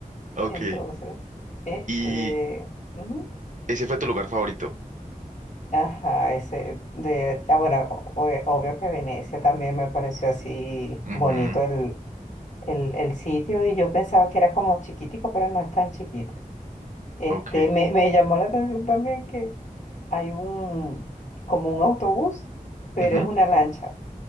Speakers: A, on the right; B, on the left.
A: Ok.
B: Entonces, este...
A: ¿Y
B: ujú.
A: ese fue tu lugar favorito?
B: Ajá, ese de, ah, bueno, o- o- eh, obvio que Venecia también me pareció así
A: Ujú,
B: bonito el, el, el sitio y yo pensaba que era como chiquitico, pero no es tan chiquito. Este,
A: Ok.
B: me, me llamó la atención también que hay un, como un autobús, pero
A: Ujú.
B: es una lancha.